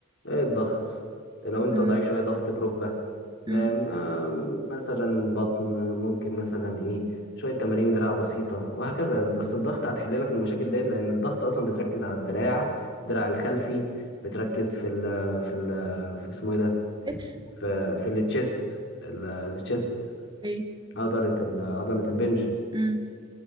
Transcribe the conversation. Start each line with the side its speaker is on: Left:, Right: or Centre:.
Left: إيه الضغط لو انت
Right: امم
Left: ضعيف شوية ضغط بركبة فاهم
Right: امم
Left: آه، مثلا بطن ممكن مثلا ايه شوية تمارين دراع بسيطة وهكذا بس الضغط هتحل لك المشاكل ديت لأن الضغط أصلا بتركز على الدراع الدراع الخلفي بتركز في ال في ال في اسمه ايه ده
Right: كتف
Left: في في التشيست التشيست
Right: اوكي
Left: عضلة ال- عضلة البنج
Right: امم